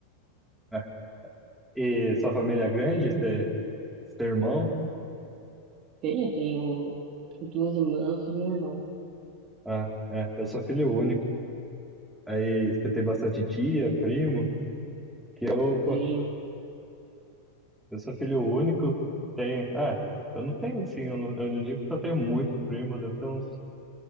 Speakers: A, in the centre; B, on the right.
A: É. E sua família é grande? Você você tem irmão?
B: Tenho, tenho duas irmãs e um irmão,
A: Ah, é, eu sou filho único. Aí você tem bastante tia, primo, que eu, pô,
B: tenho,
A: Eu sou filho único, tenho. É, eu não tenho assim, eu não, eu não digo que eu tenho muito primo, deve ter uns